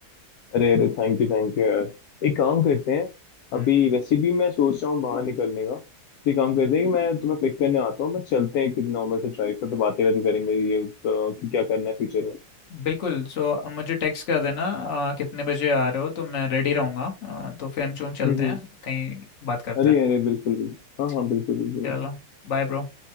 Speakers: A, on the left (about 70°); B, on the left (about 50°).
A: अरे अरे थैंक यू थैंक यू यार एक काम करते हैं
B: हम्म
A: अभी वैसे भी मैं सोच रहा हूँ बाहर निकलने का तो एक काम करते हैं कि मैं तुम्हें पिक करने आता हूँ बस चलते हैं नॉर्मल से ड्राइव पर तो बातें बातें करेंगे ये अ, कि क्या करना है फ्यूचर में
B: बिल्कुल सो अब मुझे टेक्स्ट कर देना अ, कितने बजे आ रहे हो तो मैं रेडी रहूंगा अ, तो फिर हम चलते
A: हम्म
B: हैं
A: हम्म
B: कहीं बात करते
A: अरे
B: हैं
A: अरे बिल्कुल बिल्कुल हाँ
B: ठीक
A: हाँ बिल्कुल बिल्कुल
B: चलो बाय ब्रो